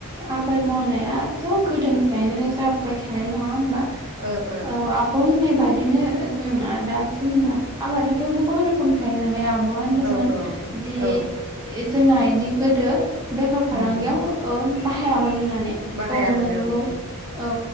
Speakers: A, on the right (about 15°); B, on the right (about 70°).
A: आबाद मावनाया थ' गोदोनिफ्रायनो जाबोबाय थानाय नंङा होमबा?
B: ओ ओ
A: औ आब' होननाय बा बिदिनो जोंना दा जेनेबा आबादावथ' गोबां रोखोमनि थायो नालाय आब बया होनदोंमोन
B: औ
A: जि
B: औ
A: ए जोंना इदि गोदो बेफार फालांगियाव
B: उम
A: ओ बाहाया मोन होन्ना नै
B: बाहायामोन
A: औ नंगौ
B: औ
A: औ